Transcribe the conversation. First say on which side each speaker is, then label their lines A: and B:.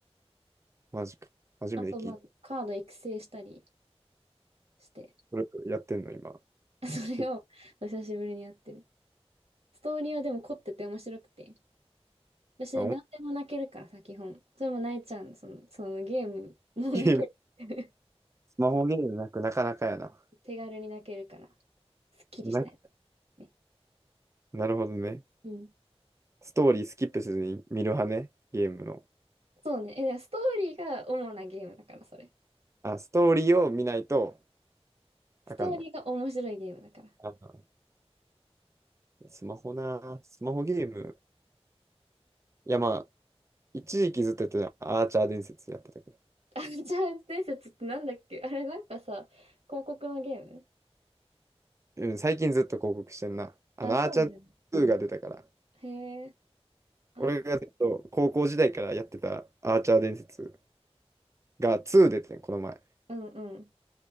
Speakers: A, on the right; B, on the right.
A: マジか。初めて聞いた。
B: あと、まあ、カード育成したりして、
A: それやってんの、今。
B: <laughs> それを久しぶりにやってる。
A: え
B: ストーリーはでも凝ってて面白くて。私、
A: あ、お
B: 何でも泣けるからさ、基本。それも泣いちゃうの、その、そのゲームも泣ける。
A: ゲーム。スマホゲームなくなかなかやな。
B: <laughs> 手軽に泣けるから、すっきりしたい
A: な
B: ね。
A: なるほどね。
B: うん。
A: ストーリースキップせずに見る派ね、ゲームの。
B: そうね。え、でストーリーが主なゲームだから、それ。
A: あ、ストーリーを見ないと
B: ストーリーが面白いゲームだから。
A: あかんの。あスマホな、スマホゲーム。いや、まあ、一時期ずっとやってた、アーチャー伝説やってたけど。
B: あ、じゃあ伝説ってなんだっけあれ、なんかさ、広告のゲーム
A: うん、最近ずっと広告してんな。あの、
B: あ、そうだよね。
A: アーチャー2が出たから。
B: へえ。あ、
A: 俺がずっと高校時代からやってたアーチャー伝説が2出てん、この前。
B: うんうん。